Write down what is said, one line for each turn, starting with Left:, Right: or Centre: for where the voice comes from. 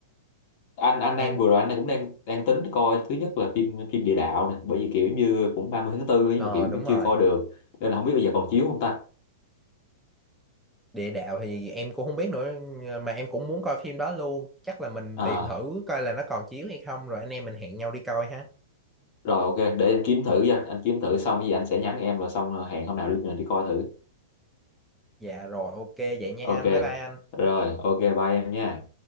Left: anh anh đang
Centre: em
Left: vừa rồi anh cũng đang đang tính coi thứ nhất là phim phim địa đạo nè bởi vì kiểu như cũng 30 tháng 4 nhưng
Centre: ờ,
Left: mà kiểu
Centre: đúng
Left: như
Centre: rồi
Left: chưa coi được nên là không biết bây giờ còn chiếu không ta
Centre: địa đạo thì em cũng không biết nữa mà em cũng muốn coi phim đó luôn chắc là mình
Left: à,
Centre: tìm thử coi là nó còn chiếu hay không rồi anh em mình hẹn nhau đi coi ha
Left: rồi ok để anh kiếm thử nha anh kiếm thử xong cái gì anh sẽ nhắn em rồi xong ờ, hẹn hôm nào đi mình đi coi thử
Centre: dạ rồi ok vậy nha
Left: ok
Centre: anh bye bye anh
Left: rồi ok bye em nha